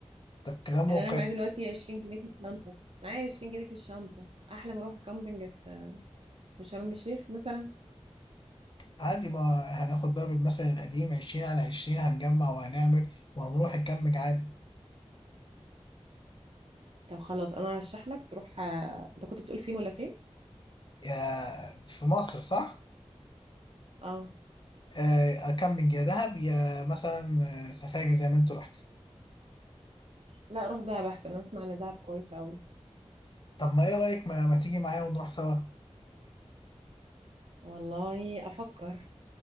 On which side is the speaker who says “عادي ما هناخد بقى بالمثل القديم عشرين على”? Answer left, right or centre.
Left